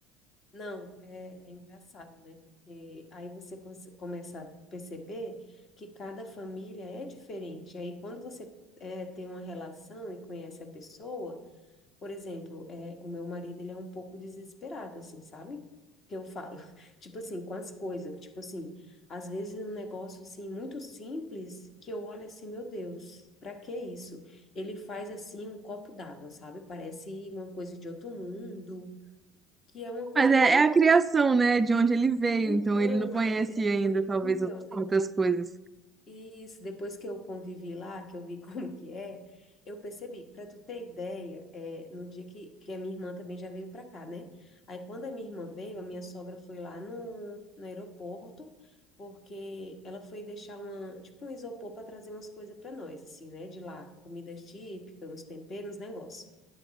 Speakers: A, on the left (about 35°); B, on the right (about 15°).
A: Não, é, é engraçado, né? Porque aí você cons- começa a perceber que cada família é diferente. Aí quando você é, tem uma relação e conhece a pessoa, Por exemplo, é, o meu marido, ele é um pouco desesperado, assim, sabe? Que eu falo, <laughs> tipo assim, com as coisas, tipo assim, às vezes um negócio, assim, muito simples, que eu olho assim, meu Deus, pra que isso? Ele faz, assim, um copo d'água, sabe? Parece uma coisa de outro mundo, que é uma coisa
B: Mas é,
A: tão...
B: é a criação, né, de onde ele veio,
A: Então,
B: então ele não conhece
A: é, é de-
B: ainda,
A: <laughs>
B: talvez,
A: então,
B: outras coisas.
A: e isso, depois que eu convivi lá, que eu vi <laughs> como que é, eu percebi. Para tu ter ideia, é, no dia que, que a minha irmã também já veio para cá, né? Aí quando a minha irmã veio, a minha sogra foi lá no, no aeroporto, porque ela foi deixar uma, tipo um isopor para trazer umas coisas para nós, assim, né? De lá, comidas típicas, uns temperos, uns negócios.